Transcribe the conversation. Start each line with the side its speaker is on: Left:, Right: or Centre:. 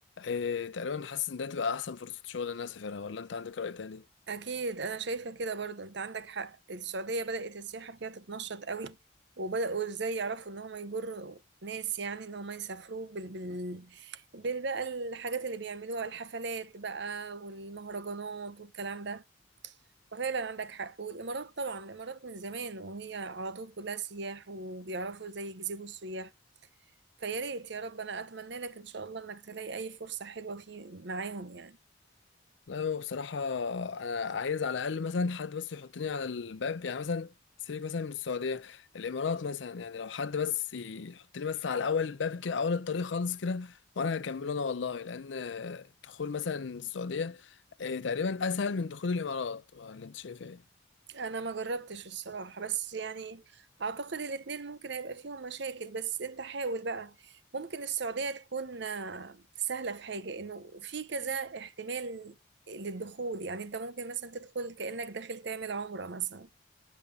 Left: إيه تقريبا حاسس إن ده تبقى أحسن فرصة شغل إن أنا أسافرها ولا أنت عندك رأي تاني؟
Right: أكيد أنا شايفة كده برضه أنت عندك حق السعودية بدأت السياحة فيها تتنشط قوي وبدأوا إزاي يعرفوا إن هم يجروا ناس يعني إن هم يسافروا بال... بال... بال بقى الحاجات اللي بيعملوها الحفلات بقى والمهرجانات والكلام ده ففعلا عندك حق والإمارات طبعا الإمارات من زمان وهي على طول كلها سياح وبيعرفوا إزاي يجذبوا السياح فيا ريت يا رب أنا أتمنى لك إن شاء الله إنك تلاقي أي فرصة حلوة في معاهم يعني
Left: لا هو بصراحة أنا عايز على الأقل مثلا حد بس يحطني على الباب يعني مثلا سيبك مثلا من السعودية الإمارات مثلا يعني لو حد بس يحطني بس على أول الباب كده أول الطريق خالص كده وأنا هكمله أنا والله لأن دخول مثلا السعودية إيه، تقريبا أسهل من دخول الإمارات ولا أنت شايف إيه؟
Right: انا ما جربتش الصراحة بس يعني اعتقد الاتنين ممكن هيبقى فيهم مشاكل بس انت حاول بقى ممكن السعودية تكون آه، سهلة في حاجة انه في كذا احتمال للدخول يعني انت ممكن مثلا تدخل كأنك داخل تعمل عمرة مثلا